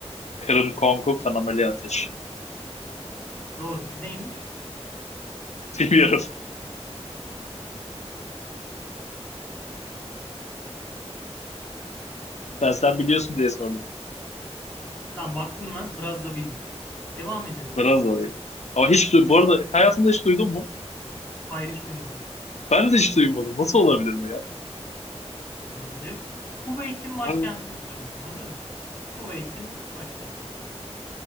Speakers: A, on the left (about 85°); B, on the left (about 15°).
A: Kırım, Kongo, kanamalı ateş.
B: Doğrudur. Neymiş?
A: <laughs> Bilmiyorum. Ben sen biliyorsun diye sordum.
B: Tam baktım ben. Brazzaville'miş. Devam ediyorum.
A: Biraz zor. Ama hiç du bu arada hayatında hiç duydun mu?
B: Hayır hiç duymadım.
A: Ben de hiç duymadım. Nasıl olabilir bu ya?
B: Olabilir. Kuveyt'in başkentini
A: Hani
B: soruyorum. Hazır mısın? Kuveyt'in başkenti.